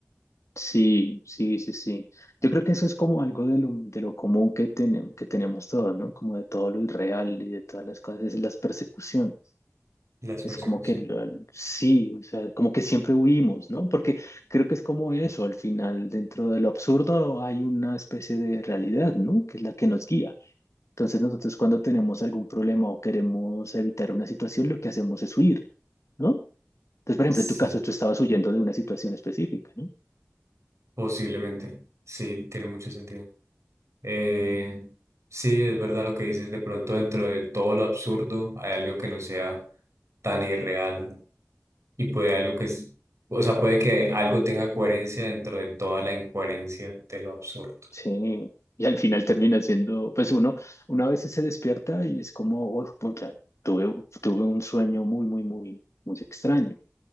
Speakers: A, on the left; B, on the right.
A: Sí, sí, sí, sí. Yo creo que eso es como algo de lo, de lo común que, tenem- que tenemos todos, ¿no? Como de todo lo irreal y de todas las cosas, es las persecuciones.
B: Las persecuciones.
A: Es como que lo- al- sí, o sea, como que siempre huimos, ¿no? Porque creo que es como eso, al final, dentro de lo absurdo hay una especie de realidad, ¿no? Que es la que nos guía. Entonces nosotros cuando tenemos algún problema o queremos evitar una situación, lo que hacemos es huir, ¿no? Entonces, por ejemplo,
B: Sí,
A: en tu caso, tú estabas huyendo de una situación específica, ¿no?
B: posiblemente. Sí, tiene mucho sentido. Eh, sí, es verdad lo que dices, de pronto dentro de todo lo absurdo hay algo que no sea tan irreal y puede algo que es, o sea, puede que algo tenga coherencia dentro de toda la incoherencia de lo absurdo.
A: Sí, y al final termina siendo, pues uno, uno a veces se despierta y es como, "Uy, pucha, tuve, tuve un sueño muy, muy, muy, muy extraño,